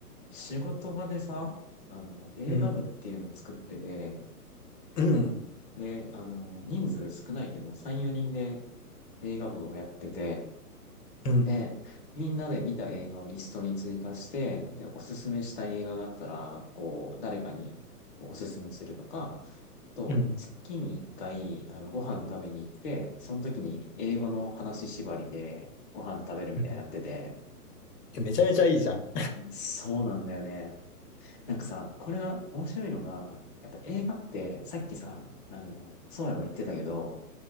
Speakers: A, on the left (about 35°); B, on the left (about 80°).
A: 仕事場でさ、あの、映画部っていうの作ってて、
B: うん、うん、
A: で、あの、人数少ないけど、3、4人で映画部をやってて、
B: うん、
A: で、みんなで見た映画をリストに追加して、で、おすすめしたい映画があったら、こう、誰かにこうおすすめするとか、と、
B: うん。
A: 月に一回、あの、ご飯食べに行って、その時に英語の話縛りでご飯食べるみたいになってて、
B: うんえめちゃめちゃいいじゃん。
A: うんそうなんだよね。なんかさ、
B: <laughs>
A: これが面白いのが、やっぱ映画って、さっきさ、あの、そうやも言ってたけど、